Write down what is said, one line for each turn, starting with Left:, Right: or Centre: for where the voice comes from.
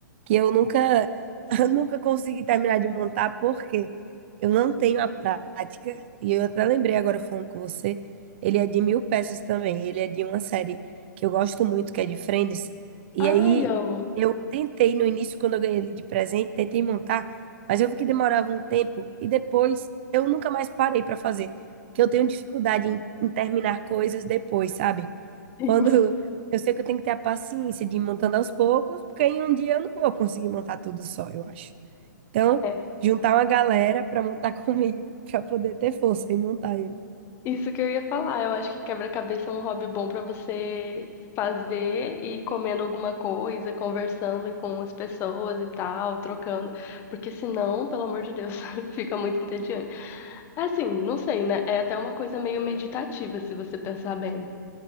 Right: que eu nunca, <laughs> eu nunca consegui terminar de montar porque eu não tenho a prática. E eu até lembrei agora falando com você, ele é de mil peças também. Ele é de uma série que eu gosto muito, que é de Friends. E
Left: Ai,
Right: aí
Left: amo.
Right: eu tentei no início, quando eu ganhei ele de presente, tentei montar, mas eu vi que demorava um tempo e depois eu nunca mais parei para fazer, que eu tenho dificuldade em, em terminar coisas depois, sabe?
Left: <laughs>
Right: Quando eu sei que eu tenho que ter a paciência de ir montando aos poucos, porque em um dia eu não vou conseguir montar tudo só, eu acho. Então,
Left: Sim.
Right: juntar uma galera para montar <laughs> comigo, para poder ter força e montar ele.
Left: Isso que eu ia falar. Eu acho que quebra-cabeça é um hobby bom pra você fazer e ir comendo alguma coisa, conversando com as pessoas e tal, trocando, porque senão, pelo amor de Deus, <laughs> fica muito entediante. Assim, não sei, né? É até uma coisa meio meditativa, se você pensar bem.